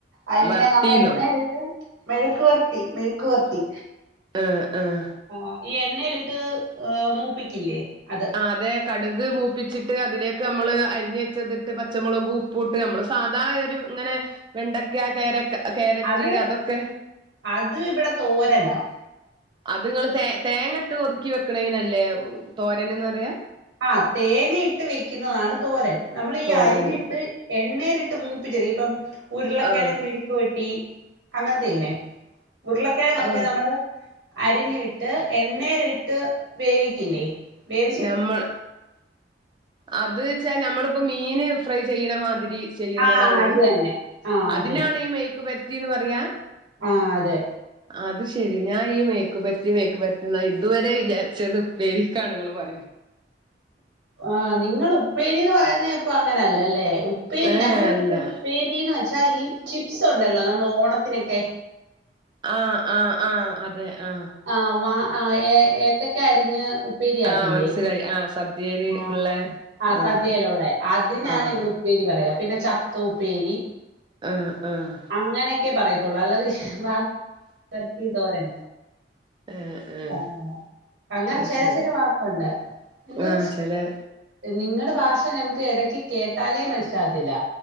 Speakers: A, on the right (about 80°); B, on the right (about 25°).
A: അയിങ്ങനെ
B: വറട്ടീന്നോ
A: നമ്മള് എണ്ണേലിട്ട് മെഴുക്ക് വര്ട്ടി മെഴുക്ക് വര്ട്ടി.
B: ആഹ് ആഹ്.
A: ആഹ് ഈ എണ്ണേലിട്ട് മൂപ്പിക്കില്ലേ അത്.
B: ആഹ് അതെ കടുക് മൂപ്പിച്ചിട്ട് അതിലേക്ക് നമ്മള് അരിഞ്ഞുവെച്ചത്ട്ട് പച്ചമുളകു ഉപ് പുട്ട് നമ്മള് സാധായൊരു ഇങ്ങനെ വെണ്ടക്ക്യ കാരക്ക് കേരറ്റ്
A: അത്
B: അതൊക്കെ.
A: അത് ഇവിടെ തോരനാ.
B: അത്ങ്ങള് തേ തേങ്ങട്ട് ഒതുക്കിവെക്ക്ണേനല്ലേ തോരനെന്നു പറയാ.
A: ആഹ് തേങ്ങയിട്ട് വയ്ക്കുന്നതാണു തോരൻ. നമ്മളീ
B: തോരന്
A: അരിഞ്ഞിട്ട് എണ്ണയിലിട്ടുമൂപ്പിച്ചെടുക്കും ഇപ്പം ഉരുളക്കിഴങ്ങു
B: ആ ആ
A: മെഴുക് ക്കുവട്ടി അങ്ങനത്തെയില്ലേ ഉരുളക്കിഴങ്ങൊക്കെ
B: ആ
A: നമ്മള്. അരിഞ്ഞ് ഇട്ട് എണ്ണേലിട്ട് വേവിക്കില്ലേ വേവ്
B: നമ്മൾ അതുവച്ചാ നമ്മള്പ്പ മീന് ഫ്രൈ ചെയ്യണമാതിരി. ചെയ്യുന്നതാണ്
A: ആ അത് തന്നെ ആ അത്
B: അതിനാണീ മെഴുക്കു പര്ട്ടിന്ന് പറയാ.
A: ആഹ് അതെ.
B: അത്ശെരി ഞാ ഈ മെയുക്കുപര്ട്ടി മെയുക്കു പര്ട്ടി ന്ന ഇതുവരെ വിചാരിച്ചത് ഉപ്പേരിക്കാണ്ങ്ങള് പറ
A: ആഹ്‌ നിങ്ങളുപ്പേരീന്നു പറയുന്നെയപ്പൊ അങ്ങനല്ലല്ലേ ഉപ്പേരി
B: ഏ
A: ഞങ്ങടെയിവിടുത്തെ
B: അല്ല
A: ഉ ഉപ്പേരീന്ന് വെച്ചാ ഈ ചിപ്സുണ്ടല്ലോ നമ്മള് ഓണത്തിനൊക്കെ.
B: ആഹ് ആഹ് ആഹ് ആഹ് അതെ ആഹ്.
A: ആഹ് മാ ആ ഏ ഏത്തക്ക്യാ അരിഞ്ഞ്. ഉപ്പേരിയാക്കില്ലേ
B: ആഹ് മൻസ്സിലായി ആഹ്. സദ്യയില്
A: ആഹ്
B: ഇള്ള
A: ആ
B: ആഹ്
A: സദ്യയിലുള്ളേ അത് ഞാനിവിടു
B: ആഹ്
A: ഉപ്പേരി പറയാ പിന്നെ ചക്ക ഉപ്പേരി.
B: ആഹ് ആഹ്.
A: അങ്ങനെക്കേ പറയത്തൊള്ളൂ അല്ലാതെ ശ് വ മെഴുക്കുവരട്ടി, തോരന
B: ഏഹ് ഏഹ്
A: ആഹ് അങ്ങനെ
B: അത്
A: ചല
B: ശരി
A: ചല വാക്കുണ്ട് എന്തോ
B: ആഹ് ചെലെ
A: നിങ്ങളുടെ ഭാഷ ഞങ്ങക്കിടക്കുകേട്ടാലേ മനസ്സിലാകത്തില്ല,